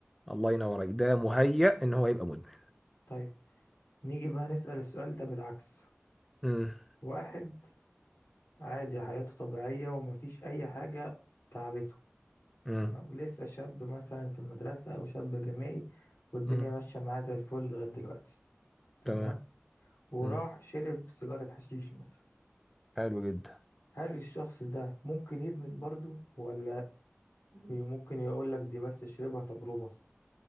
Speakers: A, in the centre; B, on the left.
A: الله ينور عليك ده مهيأ ان هو يبقى مدمن
B: طيب نيجي بقى نسأل السؤال ده بالعكس
A: مم.
B: واحد عادي حياته طبيعية ومفيش أي حاجة تعبته
A: مم.
B: تمام لسه شاب مثلا في المدرسة أو شاب جامعي والدنيا
A: مم.
B: ماشية معاه زي الفل لغاية دلوقتي تمام
A: تمام
B: وراح
A: مم.
B: شرب سيجارة حشيش مثلا
A: حلو جدا
B: هل الشخص ده ممكن يدمن برضو ولا ممكن يقول لك دي بس شربها تجربة